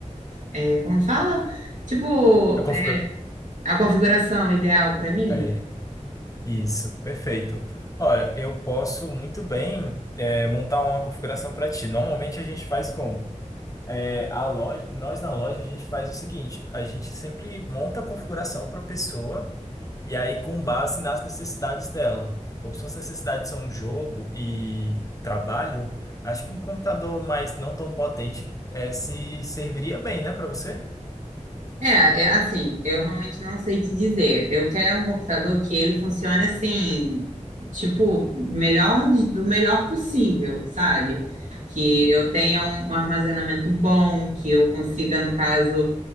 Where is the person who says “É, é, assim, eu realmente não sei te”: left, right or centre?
Right